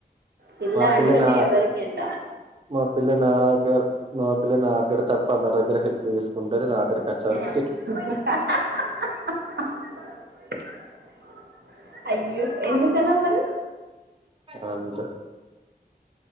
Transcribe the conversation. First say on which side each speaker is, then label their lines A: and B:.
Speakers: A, on the right; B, on the right.
A: పిల్ల
B: మా
A: అంటనే
B: నా
A: ఎవరికి అంట
B: మా పిల్ల నా దగ్గర మా పిల్ల నా అక్కడ తప్ప నా దగ్గర హెల్ప్ తీసుకుంటేది నా అక్కడ కచ్చరకు
A: <unintelligible> అయ్యో ఎందుకలా మరి
B: అంతే